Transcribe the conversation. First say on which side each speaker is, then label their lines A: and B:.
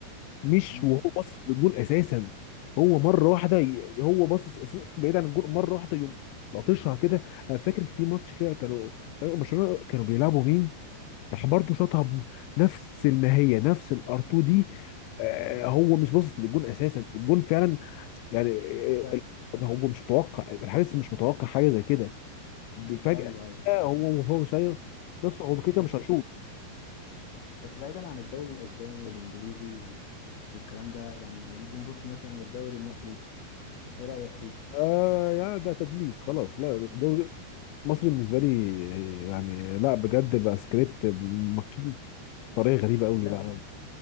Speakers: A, on the left (about 90°); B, on the left (about 65°).
A: مش
B: مم.
A: وهو باصص للجون اساسا هو مره واحده ي- هو باصص أساساً بعيد عن الجون مره واحده يقوم لطشها كده انا فاكر في ماتش كده كانوا مش عارف برشلونه كانوا بيلعبوا مين راح برضه شاطها بنفس الماهيه نفس الار 2 دي آه، هو مش باصص للجون اساسا الجون فعلا يعني آه،
B: شفتها.
A: ال- هو مش متوقع الحارس مش متوقع حاجه زي كده فجاه
B: ايوه ايوه
A: كده هو هو مش هي- نفسه هو كده كده
B: بس
A: مش هيشوط
B: بس بعيدا عن الدوري الاسباني والانجليزي والكلام ده يعني نيجي نبص مثلا للدوري المصري ايه رايك فيه؟
A: آه يا ده تدليس خلاص لا مصري بالنسبه لي يعني لا بجد بقى سكريبت مكتوب بطريقه غريبه قوي
B: لا
A: لا